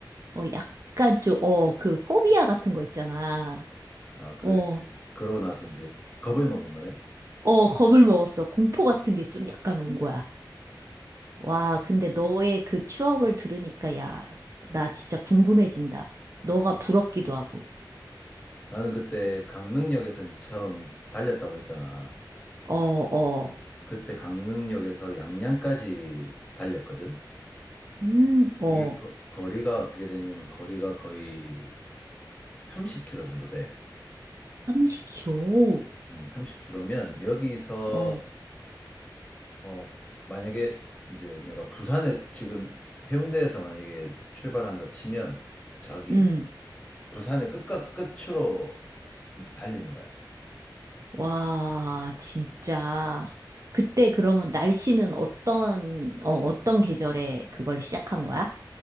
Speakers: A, on the right (about 45°); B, on the left (about 15°).
A: 어, 약간 좀, 어, 그 포비아 같은 거 있잖아.
B: 아, 그
A: 어.
B: 이제 그러고 나서 이제 겁을 먹은 거네.
A: 어, 겁을 먹었어. 공포 같은 게 좀 약간 온 거야.
B: 아,
A: 와, 근데 너의 그 추억을 들으니까, 야, 나 진짜 궁금해진다. 너가 부럽기도 하고.
B: 나는 그때 강릉역에서 이제 처음 달렸다고 했잖아.
A: 어, 어,
B: 그때 강릉역에서 양양까지 달렸거든?
A: 음, 어,
B: 그게 거, 거리가 어떻게 되냐면 거리가 거의 30km 정도 돼.
A: 30kg.
B: 음, 30km면 여기서
A: 어,
B: 어 만약에 이제 내가 부산에 지금 해운대에서 만약에 출발한다 치면 저기
A: 음,
B: 부산의 끝과 끝으로 이제 달리는 거야.
A: 와, 진짜. 그때 그러면 날씨는 어떤, 어, 어떤 계절에 그걸 시작한 거야?